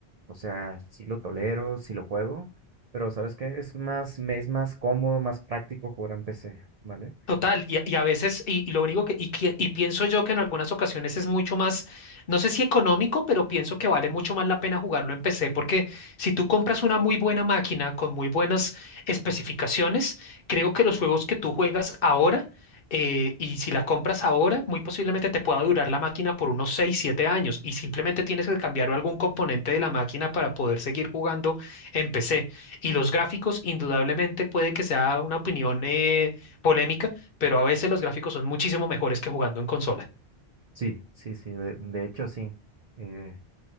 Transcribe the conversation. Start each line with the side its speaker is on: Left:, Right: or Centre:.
Right: o sea, sí lo tolero, sí lo juego, pero ¿sabes qué? Es más, me es más cómodo, más práctico jugar en PC, ¿vale?
Left: Total, y, a y a veces, y, y lo único que, y, que- y pienso yo que en algunas ocasiones es mucho más, no sé si económico, pero pienso que vale mucho más la pena jugarlo en PC, porque si tú compras una muy buena máquina con muy buenas especificaciones, creo que los juegos que tú juegas ahora, eh, y si la compras ahora, muy posiblemente te pueda durar la máquina por unos 6 7 años, y simplemente tienes que cambiar algún componente de la máquina para poder seguir jugando en PC. Y los gráficos, indudablemente, puede que sea una opinión, eh, polémica pero a veces los gráficos son muchísimo mejores que jugando en consola.
Right: Sí, sí, sí, de, de hecho sí. Eh,